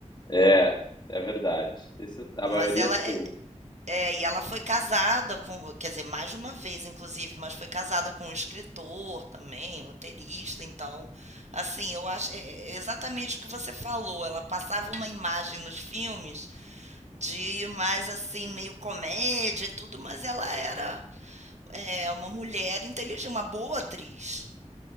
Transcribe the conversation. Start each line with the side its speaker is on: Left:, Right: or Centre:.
Left: É, é verdade. Isso, a
Right: Mas
Left: maioria
Right: ela
Left: sim.
Right: é, é, e ela foi casada com, quer dizer, mais de uma vez, inclusive, mas foi casada com um escritor também, roteirista, então, assim, eu acho é, é exatamente o que você falou. Ela passava uma imagem nos filmes de mais assim, meio comédia e tudo, mas ela era É, uma mulher inteligente, uma boa atriz.